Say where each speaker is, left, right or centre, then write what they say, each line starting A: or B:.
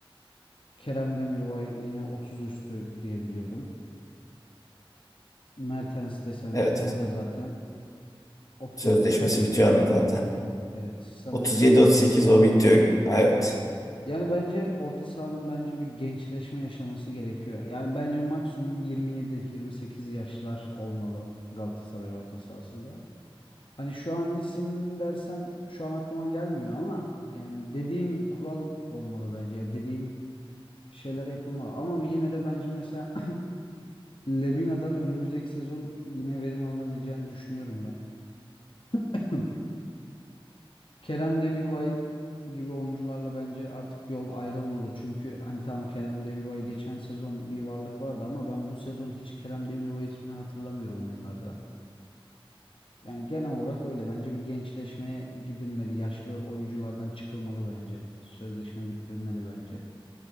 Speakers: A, on the left (about 65°); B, on the left (about 35°).
A: Kerem Demirbay yine 30 üstü diye biliyorum. Mertens desen
B: Evet, evet.
A: o da zaten 30
B: Sözleşmesi
A: kaçtı?
B: bitiyor onun zaten.
A: Evet sanırım
B: 37-38
A: uzatamayacak zaten.
B: o bitiyor. Evet.
A: Yani bence orta sahanın bence bir gençleşme yaşaması gerekiyor. Yani bence maksimum 27-28 yaşlar olmalı Galatasaray orta sahasında. Hani şu an isim dersen şu an aklıma gelmiyor ama yani dediğim kural olmalı bence. Ya dediğim şeyler yapılmalı. Ama yine de bence mesela <laughs> Lemina'dan önümüzdeki sezon yine verim alınabileceğini düşünüyorum ben. <laughs> Kerem Demirbay gibi oyuncularla bence artık yol ayrılmalı. Çünkü hani tamam Kerem Demirbay geçen sezon bir varlık vardı ama ben bu sezon hiç Kerem Demirbay ismini hatırlamıyorum oyunlarda. Yani genel olarak öyle. Bence bir gençleşmeye gidilmeli. Yaşlı oyunculardan çıkılmalı bence. Sözleşme bitirilmeli bence.